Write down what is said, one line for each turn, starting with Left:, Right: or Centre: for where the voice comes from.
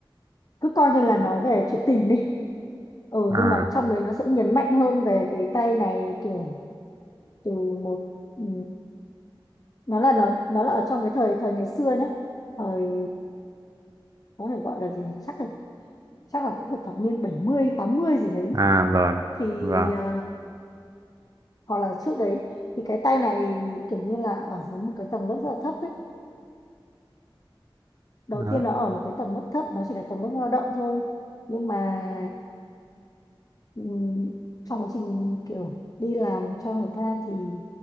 Left: cứ coi như là nói về chuyện tình đi ừ
Right: À,
Left: nhưng mà trong đấy nó sẽ nhấn mạnh hơn về cái tay này kiểu từ một ừ, nó là nó nó là ở trong cái thời thời ngày xưa nhá thời có thể gọi là gì chắc là chắc là cũng phải thập niên bảy mươi tám mươi gì đấy
Right: à rồi,
Left: thì
Right: vâng,
Left: à, hoặc là trước đấy thì cái tay này kiểu như là ở dưới một cái tầng lớp rất là thấp ấy đầu
Right: Đó.
Left: tiên nó ở một cái tầng lớp thấp nó chỉ là tầng lớp lao động thôi nhưng mà ừm, trong quá trình kiểu đi làm cho người ta thì